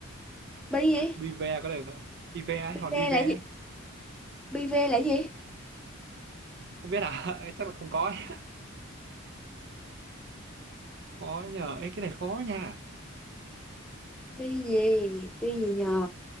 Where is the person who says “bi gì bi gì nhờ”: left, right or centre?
Centre